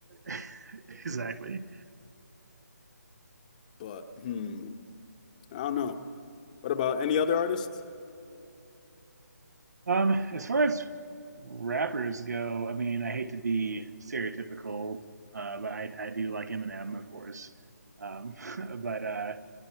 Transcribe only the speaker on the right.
<laughs> exactly.
Um, as far as rappers go, I mean, I hate to be stereotypical, uh, but I, I do like Eminem, of course. Um, <laughs> but uh,